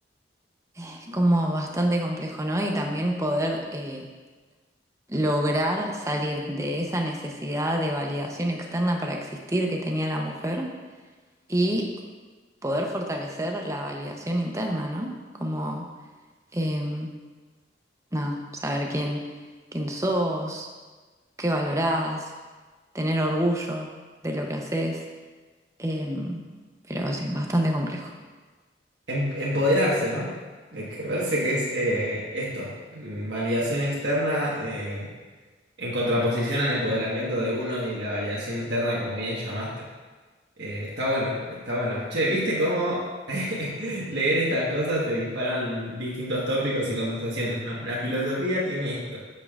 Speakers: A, on the right; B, on the right.
A: Es como bastante complejo, ¿no? Y también poder... eh, lograr salir de esa necesidad de validación externa para existir que tenía la mujer y poder fortalecer la validación interna, ¿no? Como, em, nada, saber quién, quién sos, qué valorás, tener orgullo de lo que haces, em, pero sí, bastante complejo.
B: Em- empoderarse, ¿no? De que verse que es eh, esto, mm, validación externa eh, en contraposición al empoderamiento de uno y la validación interna, como bien llamaste. Eh, está bueno, está bueno. Che, ¿viste cómo <laughs> leer estas cosas te disparan distintos tópicos y conversaciones, ¿no? La filosofía tiene esto.